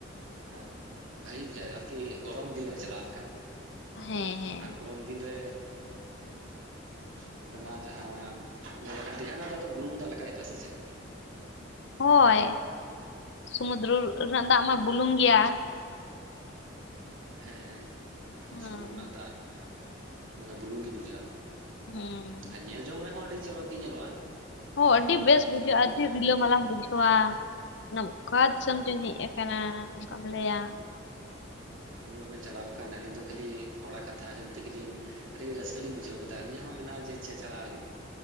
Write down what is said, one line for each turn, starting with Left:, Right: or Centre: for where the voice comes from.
Right: ᱦᱮᱸ ᱵᱷᱟᱹᱜᱤ ᱵᱩᱡᱷᱟᱹᱣᱟ ᱡᱟᱭᱜᱟ ᱠᱤ ᱜᱚᱨᱚᱢ ᱫᱤᱱ ᱨᱮ ᱪᱟᱞᱟᱣ ᱞᱮᱠᱷᱟᱱ᱾
Left: ᱦᱮᱸ ᱦᱮᱸ
Right: ᱟᱨ ᱜᱚᱨᱚᱢ ᱫᱤᱱ ᱨᱮᱼᱼ <unintelligible> ᱵᱩᱞᱩᱝ ᱫᱟᱜ ᱞᱮᱠᱟ ᱟᱭᱠᱟᱹᱣᱟ ᱥᱮ ᱪᱮᱫ,
Left: ᱦᱳᱭ ᱥᱩᱢᱩᱫᱨᱚ ᱨᱮᱱᱟᱜ ᱫᱟᱜ ᱢᱟ ᱵᱩᱞᱩᱝ ᱜᱮᱭᱟ ᱾
Right: ᱦᱮᱸ
Left: ᱦᱮᱸ
Right: ᱥᱩᱢᱩᱝ ᱨᱮᱱᱟᱜ ᱫᱟᱜ ᱚᱱᱟ ᱫᱚ ᱵᱩᱞᱩᱝ ᱜᱮ ᱵᱩᱡᱷᱟᱹᱜᱼᱟ᱾
Left: ᱦᱩᱸ᱾
Right: ᱟᱨ ᱧᱮᱞ ᱡᱚᱝ ᱨᱮᱦᱚᱸ ᱟᱹᱰᱤ ᱪᱚᱨᱚᱠ ᱜᱮ ᱧᱮᱞᱚᱜᱼᱟ᱾
Left: ᱦᱚᱸ ᱟᱹᱰᱤ
Right: ᱟᱨ
Left: ᱵᱮᱥ
Right: ᱡᱚᱛᱚ
Left: ᱵᱩᱡᱷᱟᱹᱜᱼᱟ
Right: ᱵᱚᱞᱮ ᱢᱟᱱᱮ
Left: ᱟᱹᱰᱤ ᱨᱤᱞᱟᱹᱢᱟᱞᱟᱢ ᱵᱩᱡᱷᱟᱹᱣᱟ ᱢᱮᱱᱟᱢ ᱚᱠᱟ ᱫᱤᱥᱚᱢ ᱪᱚᱧ ᱦᱮᱡ ᱟᱠᱟ ᱠᱟᱱᱟ ᱚᱝᱠᱟᱢ ᱞᱟᱹᱭᱟ᱾
Right: ᱟᱵᱮᱱ ᱢᱟ ᱵᱮᱱ ᱪᱟᱞᱟᱣ ᱟᱠᱟᱱ ᱟᱹᱞᱤᱧ ᱫᱚ ᱠᱷᱟᱞᱤ ᱦᱚᱲᱟᱜ ᱠᱟᱛᱷᱟ ᱟᱸᱡᱚᱢ ᱛᱮᱜᱮᱞᱤᱧᱼᱼ ᱟᱹᱰᱤ ᱨᱟᱹᱥᱠᱟᱹ ᱞᱤᱧ ᱵᱩᱡᱷᱟᱹᱣ ᱠᱮᱫᱟ ᱟᱹᱞᱤᱧ ᱦᱚᱸ ᱢᱮᱱᱟᱜᱼᱟ ᱡᱮ ᱪᱟᱞᱟᱜ ᱟᱹᱞᱤᱧ᱾